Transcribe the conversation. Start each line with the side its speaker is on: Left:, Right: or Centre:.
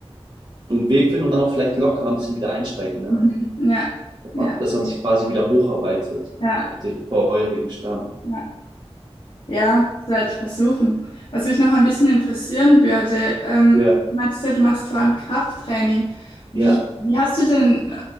Right: so einen Weg finden und dann auch vielleicht lockerer ein bisschen wieder einsteigen, ne?
Left: Mhm. ja,
Right: Dass
Left: ja,
Right: man, dass man sich quasi wieder hocharbeitet
Left: ja.
Right: auf den vorherigen Stand.
Left: ja. Ja, das werde ich versuchen. Was mich noch ein bisschen interessieren würde, ähm,
Right: Ja,
Left: du meintest ja, du machst vor allem Krafttraining. Wie,
Right: ja,
Left: wie hast du denn, äh,